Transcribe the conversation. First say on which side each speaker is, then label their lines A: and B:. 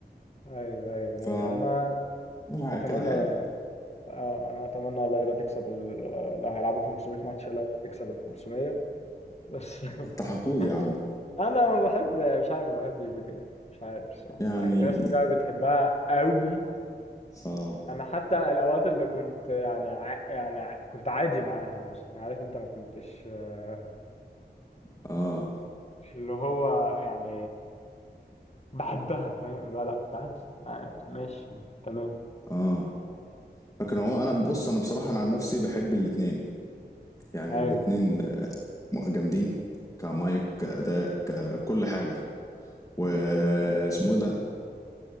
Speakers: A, on the left; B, on the left.
A: ايوه ايوه
B: ف
A: ايوه انا
B: لا،
A: اتمنى
B: كده حلو
A: آه، انا اتمنى والله لا تكسب ال... آه، لو هيلعبوا 500 ماتش لا تكسب ال 500 بس <laughs>
B: التحقود يا عم
A: انا ما بحب مش عارف ما بحبش فكرة مش عارف صح
B: يعني
A: يعني في ناس كتير أوي بتحبها قوي
B: اه
A: انا حتى الاوقات اللي كنت يعني ع... يعني ع... كنت عادي معاها مثلا عارف انت ما كنتش آه،
B: اه
A: مش اللي هو يعني بحبها فاهم اللي هو لا كنت عادي عادي، ماشي تمام
B: اه لكن هو انا بص انا بصراحة انا عن نفسي بحب الاتنين يعني
A: ايوه
B: الاتنين آه، م- جامدين كمايك كأداء ككل حاجة واسمه ايه ده